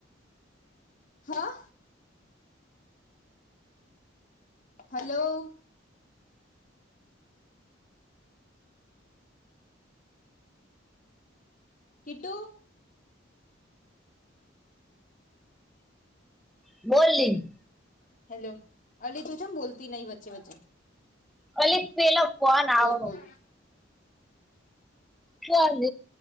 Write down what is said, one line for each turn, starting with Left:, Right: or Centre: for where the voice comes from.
Left: હા, હલો, કિટું.
Centre: બોલી.
Left: હેલો, અલી તું છે, બોલતી નહી વચ્ચે-વચ્ચે.
Centre: અલી પેલા ફોન આવે.
Left: બોલ બોલ
Centre: ક્યાં